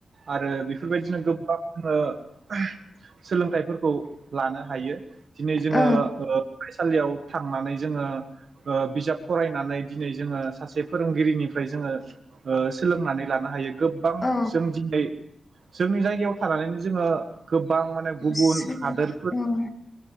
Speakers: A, on the right; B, on the left.
A: आरो बेफोरबायदिनो गोबां ओ <unintelligible> सोलोंथाइफोरखौ लानो हायो दिनै जोङो
B: औ
A: ओ फराय सालियाव थांनानै जोङो ओ बिजाब फरायनानै दिनै जोङो सासे फोरोंगिरिनिफ्राय जोङो ओ सोलोंनानै लानो हायो गोबां
B: औ
A: जों दिनै जोंनि जायगायाव थानानैनो जोङो गोबां माने गुबुन
B: सोर
A: हादोर
B: औ